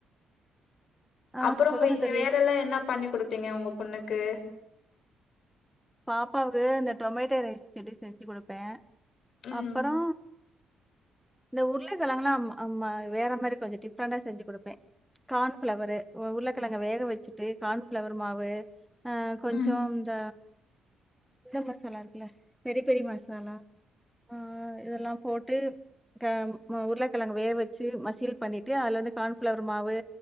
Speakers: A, in the centre; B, on the left (about 65°).
A: ஆ
B: அப்புறோ
A: சொல்லுங்க தோழி.
B: வேற எல்லாம் என்னா பண்ணி குடுப்பீங்க உங்க பொண்ணுக்கு
A: பாப்பாவுக்கு இந்த டொமேட்டோ ரைஸ்செடி செஞ்சு கொடுப்பே
B: ம்
A: அப்பறோ இந்த உருளக்கெழங்கலா அம்மா வேற மாறி கொஞ்சோ டிஃப்ரெண்டா செஞ்சு குடுப்பேன் கான்ஃபிளவரு உருளக்கெழங்க வேக வச்சுட்டு கார்ன்ஃபிளவர் மாவு ஆ கொஞ்சோ
B: ம்
A: இந்த இந்த மசாலா இருக்குல்ல பெரி பெரி மசாலா ஆ இதெல்லாம் போட்டு ப உருளக்கெழங்க வேவ வச்சு மசியல் பண்ணிட்டு அதுல வந்து கான்ஃபிளவர் மாவு